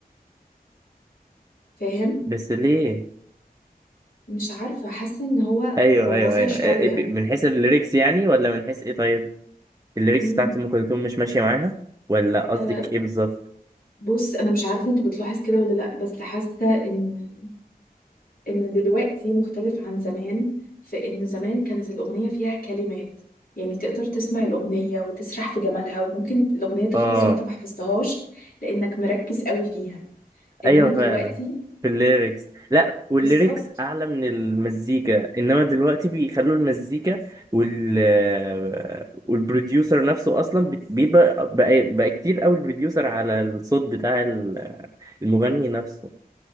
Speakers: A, on the left; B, on the right.
A: فاهم
B: بس ليه؟
A: مش عارفة حاسة ان هو
B: ايوه
A: بوظها
B: ايوه ايوه
A: شوية
B: إيه، من حيث الليركس يعني ولا من حيث ايه طيب الليركس
A: مم.
B: بتاعت ام كلثوم مش ماشيه معاها ولا قصدك
A: آه
B: ايه بالظبط
A: بص انا مش عارفة انت بتلاحظ كده ولا لا بس حاسة ان ان دلوقتي مختلف عن زمان في ان زمان كانت الاغنيه فيها كلمات يعني تقدر تسمع الاغنيه وتسرح في جمالها وممكن الاغنيه تخلص
B: اه
A: وانت ما حفظتهاش لانك مركز قوي فيها انما
B: ايوه
A: دلوقتي
B: فعلا في الليركس لا والليركس
A: بالظبط
B: اعلى من المزيكا انما دلوقتي بيخلوا المزيكا وال آه، والبروديوسر نفسه اصلا بت- بيبقى بقى, بقى كتير قوي البروديوسر على الصوت بتاع ال- المغني نفسه